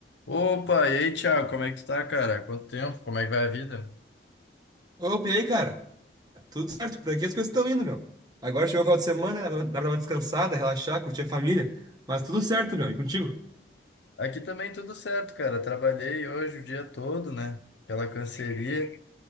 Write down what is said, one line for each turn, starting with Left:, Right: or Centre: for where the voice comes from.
Left: Opa, e aí, Thiago, como é que tu tá, cara? Quanto tempo? Como é que vai a vida?
Right: Opa, e aí, cara? Tudo certo, por aqui as coisas estão indo, meu. Agora chegou o final de semana, dá pra dá pra dar uma descansada, relaxar, curtir a família. Mas tudo certo, meu. E contigo?
Left: Aqui também tudo certo, cara. Trabalhei hoje o dia todo, né? Aquela canseria.